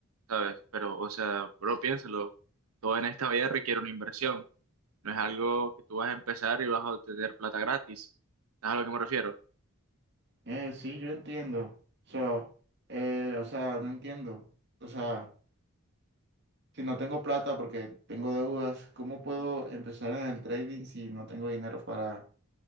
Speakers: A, on the right; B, on the right.
A: ¿sabes? Pero, o sea, bro, piénsalo, todo en esta vida requiere una inversión. No es algo que tú vas a empezar y vas a obtener plata gratis. ¿Sabes a lo que me refiero?
B: Eh, sí, yo entiendo. So, eh, o sea, no entiendo. O sea, si no tengo plata porque tengo deudas, ¿cómo puedo empezar en el trading si no tengo dinero para